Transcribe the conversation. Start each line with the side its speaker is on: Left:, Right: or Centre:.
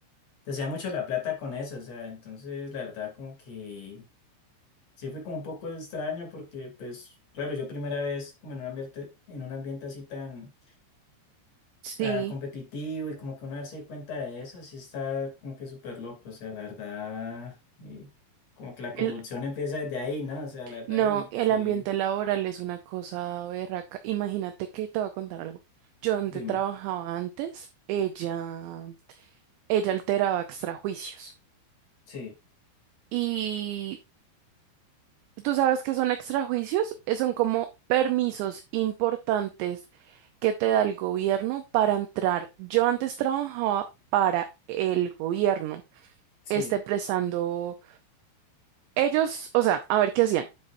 Left: te hacía mucho la plata con eso, o sea, entonces, la verdad, como que sí fue como un poco extraño porque, pues, claro, yo primera vez como en un ambiente, en un ambiente así tan
Right: sí.
Left: tan competitivo y como que uno darse cuenta de eso, sí está como que súper loco, o sea, la verdad, y como que la corrupción
Right: El-
Left: empieza desde ahí, ¿no? O sea, la verdad,
Right: no,
Left: y
Right: el
Left: sí,
Right: ambiente laboral es una cosa berraca. Imagínate que te voy a contar algo. Yo donde
Left: dime,
Right: trabajaba antes, ella, ella alteraba extrajuicios.
Left: sí,
Right: Y ¿Tú sabes que son extrajuicios? Eh, Son como permisos importantes que te da el gobierno para entrar. Yo antes trabajaba para el gobierno,
Left: sí,
Right: este prestando ellos, o sea, a ver qué hacían.